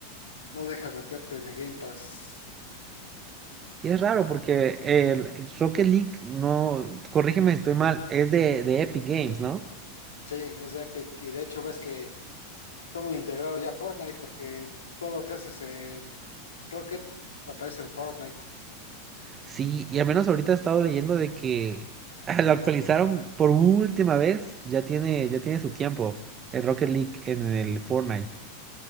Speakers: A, on the left; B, on the right.
A: no deja meterte en el Game Pass.
B: Y es raro porque el Rocket League, no, corrígeme si estoy mal, es de, de Epic Games, ¿no?
A: Sí, es de Epic. Y de hecho ves que está muy integrado ya Fortnite porque todo lo que haces en Rocket aparece en Fortnite.
B: Sí, y al menos ahorita he estado leyendo de que <laughs> lo actualizaron por última vez, ya tiene, ya tiene su tiempo, el Rocket League en el Fortnite.